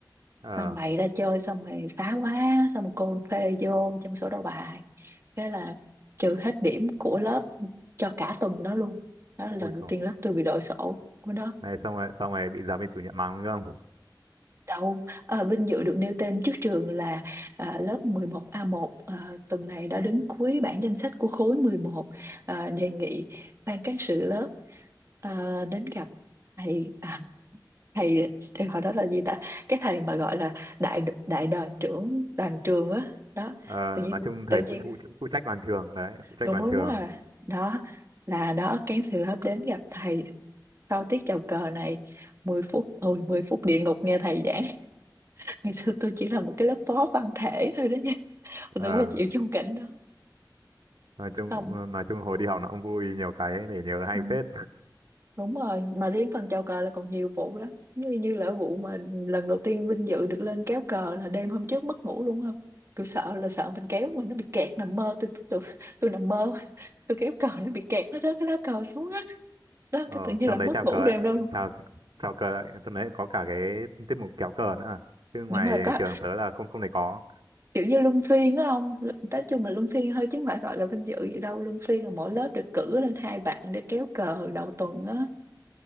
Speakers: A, on the right; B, on the right.
A: ờ
B: xong bày ra chơi xong rồi phá quá xong rồi cô phê vô trong sổ đầu bài thế là trừ hết điểm của lớp cho cả tuần đó luôn đó là lần
A: ui
B: đầu
A: xong
B: tiên lớp tôi bị đội sổ của nó
A: này xong rồi xong rồi bị giáo viên chủ nhiệm mắng đúng không
B: đâu à, vinh dự được nêu tên trước trường là à, lớp 11A1 à, tuần này đã đứng cuối bảng danh sách của khối 11 à, đề nghị ban cán sự lớp à, đến gặp thầy à, thầy thầy hồi đó là gì ta cái thầy mà gọi là đại đại đoàn trưởng đoàn trường á đó
A: ờ,
B: tự nhiên
A: nói chung
B: tự
A: thầy
B: nhiên
A: phụ, phụ phụ trách đoàn trường đấy phụ trách
B: đúng
A: đoàn
B: đúng
A: trường
B: à đó là đó cancel lớp đến gặp thầy sau tiết chào cờ này mười phút ôi 10 phút địa ngục nghe thầy giảng <laughs> ngày xưa tôi chỉ là một cái lớp phó văn thể thôi đó nha tôi
A: ờ,
B: qua chịu trong cảnh đó
A: nói
B: xong
A: chung nói chung hồi đi học nó cũng vui nhiều cái để nhớ hay
B: ừ.
A: phết
B: Đúng rồi, mà riêng phần chào cờ là còn nhiều vụ lắm. Như như là vụ mà lần đầu tiên vinh dự được lên kéo cờ là đêm hôm trước mất ngủ luôn không? Tôi sợ là sợ mình kéo mà nó bị kẹt nằm mơ tôi tôi tôi, tôi nằm mơ <laughs> tôi kéo cờ nó bị kẹt nó rớt cái lá cờ xuống á. Đó
A: Ờ,
B: cái tự nhiên
A: trong
B: là mất
A: đấy chào
B: ngủ
A: cờ,
B: đêm đâu.
A: chào chào cờ lại, trong đấy có cả cái tiết mục kéo cờ nữa à. Chứ ngoài
B: Đúng rồi có
A: trường tớ là không không thể có.
B: kiểu như luân phiên á không? Nói chung là luân phiên thôi chứ không phải gọi là vinh dự gì đâu. Luân phiên là mỗi lớp được cử lên hai bạn để kéo cờ hồi đầu tuần á.